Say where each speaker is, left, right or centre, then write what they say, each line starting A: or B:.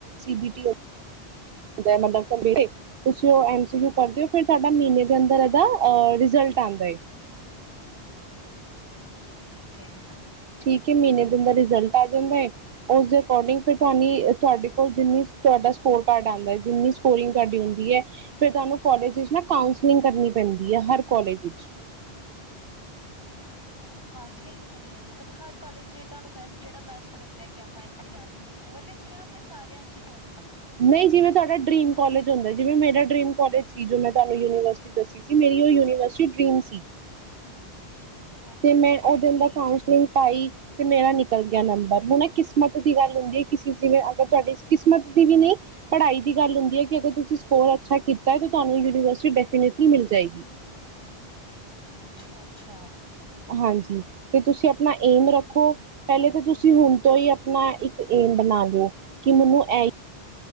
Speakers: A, on the right; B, on the left.
A: ਬੀ ਟੀ ਦੈ ਮਤਲਬ ਗੰਭੀਰ ਈ। ਤੁਸੀਂ ਉਹ ਐਮ ਸੀ ਕਿਉ ਪੜ੍ਹਦੇ ਹੋ, ਫਿਰ ਤੁਹਾਡਾ ਮਹੀਨੇ ਦੇ ਅੰਦਰ ਇਹਦਾ ਆ ਰਿਜ਼ਲਟ ਆਂਦਾ ਏ।
B: ਠੀਕ ਹੈ।
A: ਠੀਕ ਏ, ਮਹੀਨੇ ਦੇ ਅੰਦਰ ਰਿਜ਼ਲਟ ਆ ਜਾਂਦਾ ਹੈ ਓਸ ਦੇ ਏਕਾਰਡਿੰਗ ਫਿਰ ਤੁਹਾੰਨੀ, ਤੁਹਾਡੇ ਕੋਲ ਜਿੰਨੀ ਸ, ਤੁਹਾਡਾ ਸਕੋਰ ਕਾਰਡ ਆਦਾਂ, ਜਿੰਨੀ ਸ <unintelligible> ਸਕੋਰਿੰਗ ਤੁਹਾਡੀ ਹੁੰਦੀ ਐ, ਫਿਰ ਤੁਹਾਨੂੰ ਕੋਲਜ ਇਚ ਨਾ ਕਾਉਂਸਲਿੰਗ ਕਰਨੀ ਪੈਂਦੀ ਹੈ ਹਰ ਕੋਲਜ ਇਚ।
B: ਅੱਛਾ, ਕੋਂਸਲਿੰਗ ਵੀ ਕਰਨੀ ਏ ਮਤਲਬ ਹਰ ਕਾਲਜ 'ਚ ਤੁਹਾਨੂੰ ਬੈਸਟ ਜਿਹੜਾ ਬੈਸਟ ਲੱਗਦਾ, ਕਿ ਆਪਾ ਉੱਥੇ ਜਾ ਸਕਦੇ ਹਾਂ, ਓਵਰਲੇ 'ਚ ਹੀ ਜਾਂ ਫਿਰ ਸਾਰਿਆਂ 'ਚ ਹੀ ਪੋਸੀਬਲ
A: ਨਈ ਜਿਵੇਂ ਤੁਹਾਡਾ ਡਰੀਮ ਕੋਲਜ ਹੁੰਦਾ, ਜਿਵੇਂ ਮੇਰਾ ਡਰੀਮ ਕੋਲਜ ਸੀ। ਜੋ ਮੈਂ ਤੁਹਾਨੂੰ ਯੂਨੀਵਰਸਿਟੀ ਦੱਸੀ। ਸੀ। ਮੇਰੀ ਉਹ ਯੂਨੀਵਰਸਿਟੀ ਡਰੀਮ ਸੀ।
B: ਓਕੇ
A: ਤੇ
B: ਓਕੇ
A: ਮੈਂ ਉਹਦੇ
B: ਠੀਕ
A: ਅੰਦਰ ਕਾਂਸਲਿੰਗ
B: ਹੈ
A: ਪਾਈ। ਤੇ ਮੇਰਾ ਨਿਕਲ ਗਿਆ ਨੰਬਰ ਹੁਣ ਕਿਸਮਤ ਦੀ ਗੱਲ ਹੁੰਦੀ ਹੈ ਕਿਸੇ ਜਿਵੇਂ, ਅਗਰ ਤੁਹਾਡੀ ਕਿਸਮਤ ਦੀ ਵੀ ਨਹੀਂ ਪੜ੍ਹਾਈ ਦੀ ਗੱਲ ਹੁੰਦੀ ਏ ਕਿ ਅਗਰ ਤੁਸੀਂ ਸਕੋਰ ਅੱਛਾ ਕੀਤਾ ਤੁਹਾਨੂੰ ਯੂਨੀਵਰਸਿਟੀਨ ਮਿਲ ਜਾਏਗੀ।
B: ਅੱਛਾ ਅੱਛਾ।
A: ਹਾਂਜੀ, ਤੇ ਤੁਸੀਂ ਆਪਣਾ ਏਮ ਰੱਖੋ ਪਹਿਲੇ ਤਾਂ ਤੁਸੀਂ ਹੁਣ ਤੋਂ ਹੀ ਆਪਣਾ ਇੱਕ ਏਮ ਬਣਾ ਲਓ ਕਿ ਮੈਨੂੰ ਐ